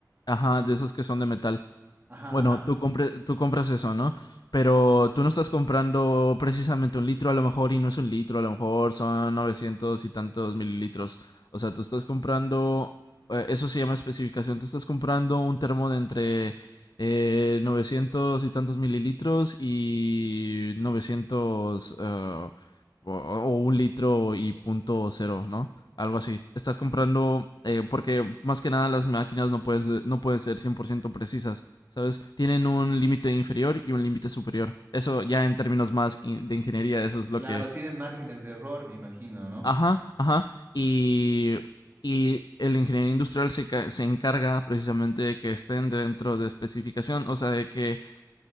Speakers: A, on the left; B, on the right.
A: Ajá, de esos que son de metal.
B: Ajá,
A: Bueno,
B: ajá.
A: tú compre- tú compras eso, ¿no? Pero tú no estás comprando precisamente un litro, a lo mejor, y no es un litro, a lo mejor son 900 y tantos mililitros. O sea, tú estás comprando, eh, eso se llama especificación, tú estás comprando un termo de entre eh, 900 y tantos mililitros y 900 eh, o, o un litro y punto cero, ¿no? Algo así. Estás comprando, eh, porque más que nada las máquinas no puedes- no pueden ser 100% precisas. ¿sabes? Tienen un límite inferior y un límite superior. Eso ya en términos más in- de ingeniería, eso es lo
B: Claro,
A: que...
B: tienen márgenes de error, me imagino, ¿no?
A: Ajá, ajá. Y, y el ingeniero industrial se, ca- se encarga precisamente de que estén dentro de especificación, o sea, de que